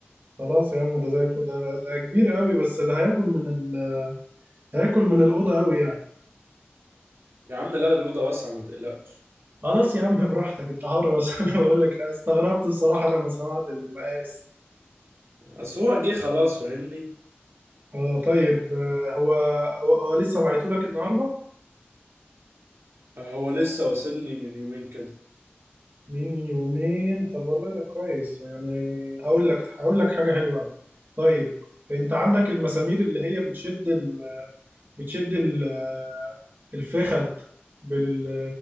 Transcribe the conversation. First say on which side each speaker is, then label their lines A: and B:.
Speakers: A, on the right; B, on the right.
A: خلاص يا عم ده زي الفل ده, ده كبير قوي بس ده هياكل من ال... هياكل من الأوضة قوي يعني
B: يا عم لا الأوضة واسعة ما تقلقش
A: خلاص يا عم براحتك انت حر بس <laughs> انا بقول لك أنا استغربت بصراحة لما سمعت المقاس
B: اصل هو جه خلاص فاهمني
A: اه طيب آه، هو هو, هو لسه بعته لك النهارده
B: آه، هو لسه واصل لي من يومين كده
A: من يومين طب والله ده كويس يعني هقول لك هقول لك حاجة حلوة قوي طيب انت عندك المسامير اللي هي بتشد ال... بتشد ال... الفخد بال...